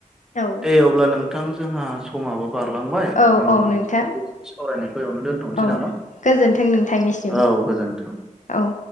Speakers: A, on the left; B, in the centre.
A: औ
B: दे अब्ला नोंथां जोंहा समाबो बारलांबाय
A: औ
B: जोंनि
A: औ नोंथां
B: बि सावरायनायखौ एवावनो दोनथ'नोसै
A: औ
B: नामा
A: गोजोन्थों नोंथांनिसिम
B: औ गोजोनथों
A: औ